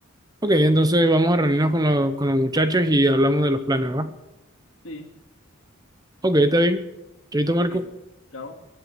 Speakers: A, on the right; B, on the left.
A: Ok, entonces vamos a reunirnos con los, con los muchachos y hablamos de los planes, ¿va?
B: Sí,
A: Ok, está bien. Chaito, Marco.
B: eh, claro.